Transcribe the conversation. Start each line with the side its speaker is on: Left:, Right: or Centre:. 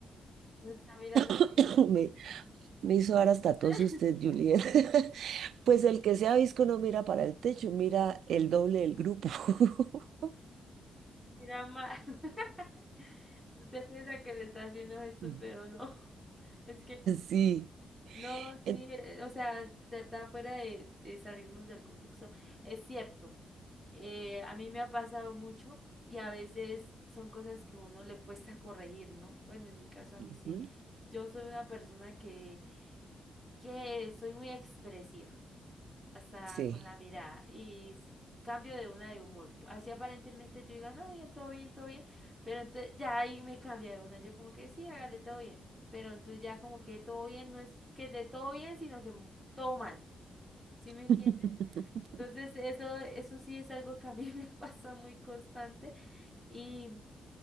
Centre: no está mirando así,
Right: <laughs>
Centre: ¿no?
Right: Me, me hizo dar hasta
Centre: <laughs>
Right: tos usted, Juliet. <laughs> Pues el que sea visco no mira para el techo, mira el doble del grupo. <laughs>
Centre: mira mal. <laughs> Usted piensa que le está haciendo gestos,
Right: <laughs> Mm,
Centre: pero no. <laughs> Es que
Right: Sí,
Centre: No, sí,
Right: en-
Centre: eh, o sea, de verdad, fuera de, de salirnos del contexto, es cierto. eh, a mí me ha pasado mucho y a veces son cosas que uno le cuesta corregir, ¿no? Bueno, en mi caso a mí
Right: ujú,
Centre: sí. Yo soy una persona que, que soy muy expresiva hasta
Right: sí.
Centre: con la mirada y s- cambio de una de humor. Así aparentemente yo diga, no, bien, todo bien, todo bien, pero entonces ya ahí me cambia de una, yo como que sí, hágale todo bien, pero entonces ya como que todo bien no es que de todo bien, sino que mu- todo mal, ¿sí
Right: <laughs>
Centre: me entiendes? Entonces eso, eso sí es algo que a mí <laughs> me pasa muy constante y,